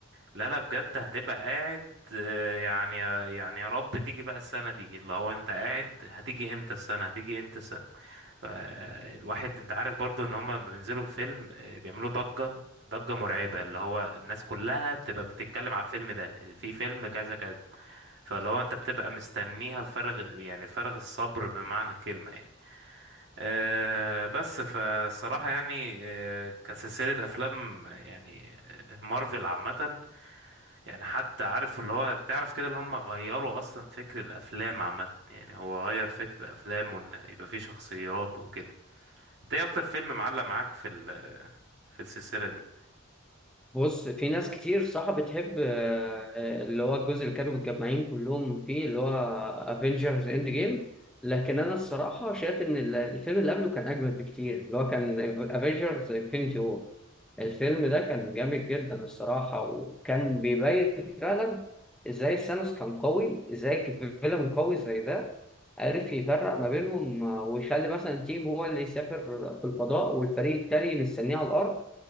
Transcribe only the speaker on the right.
لا لا بجد هتبقى قاعد آه، يعني يعني يا رب تيجي بقى السنه دي اللي هو انت قاعد هتيجي امتى السنه هتيجي امتى السنه فالواحد انت عارف برضو ان هما لما بينزلوا في فيلم آه، بيعملوا ضجة ضجة مرعبة اللي هو الناس كلها بتبقى بتتكلم على الفيلم ده في فيلم كذا كذا فاللي هو انت بتبقى مستنيها بفارغ يعني فارغ الصبر بمعنى الكلمة يعني أه بس فالصراحة يعني أه كسلسلة أفلام يعني آه، مارفل عامة يعني حد عارف اللي هو تعرف كده اللي هم غيروا أصلا فكر الأفلام عامة يعني هو غير فكر الأفلام وإن يبقى فيه شخصيات وكده انت ايه اكتر فيلم معلق معاك في ال في السلسلة دي
في ناس-